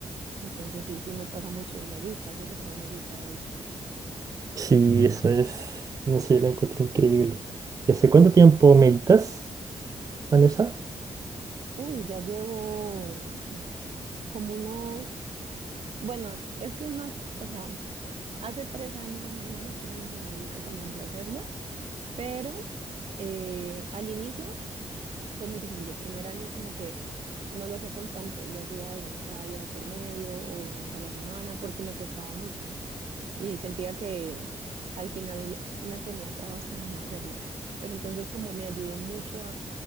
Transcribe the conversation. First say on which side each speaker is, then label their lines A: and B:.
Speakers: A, on the right; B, on the right.
A: Entonces sí, sí me pasa mucho y me gusta, eso es lo que más me gusta de hecho.
B: Sí, eso es, no sé, lo encuentro increíble. ¿Y hace cuánto tiempo meditas, Vanessa?
A: Uy, ya llevo mm, como unos, bueno, es que no, es- o sea, hace tres años, más o menos tres años y medio que comencé a hacerlo, pero eh, al inicio fue muy difícil. El primer año como que no lo hacía constante, lo hacía, digamos, cada día de por medio o una vez a la semana porque me costaba mucho y sentía que al final me ponía trabas <laughs> para no hacerlo. Pero entonces como me ayudó mucho